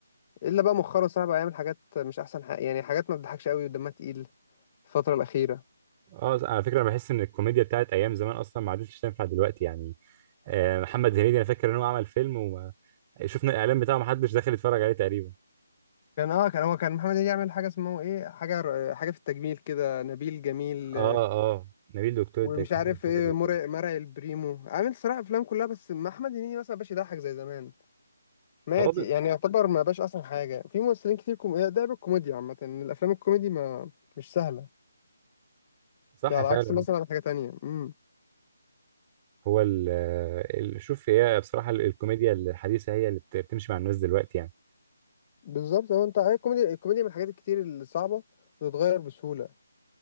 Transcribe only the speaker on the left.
إلا بقى مؤخرا الصراحة بقى يعمل حاجات مش أحسن حاجة يعني حاجات ما بتضحكش قوي ودمها تقيل الفترة الأخيرة
كان اه كان هو كان محمد هنيدي يعمل حاجة اسمه ايه حاجة حاجة في التجميل كده نبيل جميل
ومش
عارف
ايه
مرعي
مرعي البريمو عامل صراحة افلام كلها بس مع احمد هنيدي مثلا مبقاش يضحك زي زمان مات
يعني يعتبر ما بقاش احسن حاجة في ممثلين كتير كوم... ده بالكوميديا عامة ان الافلام الكوميدي ما مش سهلة
ده على
عكس مثلا حاجة تانية امم
بالظبط هو انت هي الكوميديا الكوميديا من الحاجات الكتير اللي صعبة بتتغير بسهولة